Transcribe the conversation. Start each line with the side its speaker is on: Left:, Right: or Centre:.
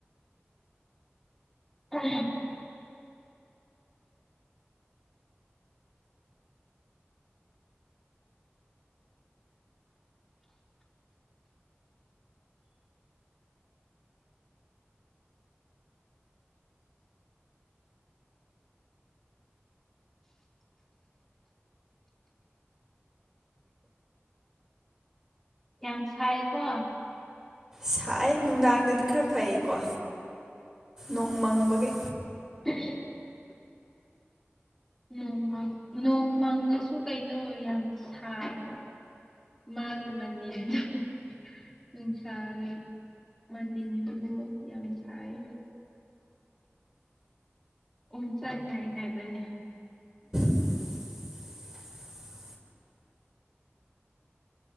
Centre: ꯎꯝ ꯌꯥꯝ ꯁꯥꯏꯀꯣ
Right: ꯁꯥꯏ ꯅꯨꯡꯗꯥꯡꯗꯗꯤ ꯈꯔ ꯐꯩꯌꯦꯀꯣ ꯅꯣꯡ ꯃꯪꯕꯒꯤ
Centre: ꯎꯝ <unintelligible> ꯅꯣꯡꯃꯥꯡ ꯅꯣꯡꯃꯥꯡꯁꯨ ꯀꯥꯏꯩꯅ ꯌꯥꯝ ꯁꯥꯕ ꯃꯥꯒꯤ ꯃꯅꯤꯜꯗꫭ ꯅꯨꯡꯁꯥꯒꯤ ꯃꯅꯤꯟꯗꯨ ꯌꯥꯝ ꯁꯥꯏ ꯎ ꯆꯪꯅꯥꯏ ꯍꯥꯏꯕꯅꯤ
Right: <inaudible>